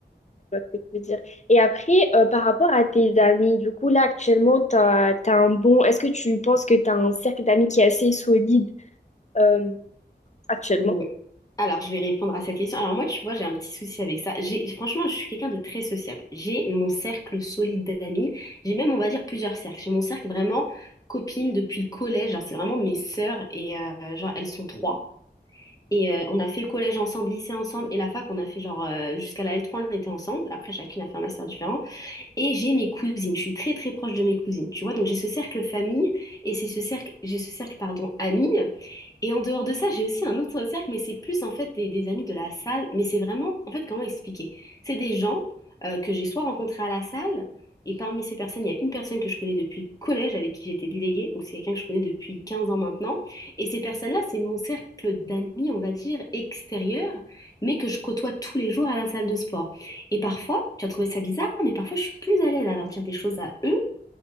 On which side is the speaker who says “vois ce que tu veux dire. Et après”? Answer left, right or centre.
Left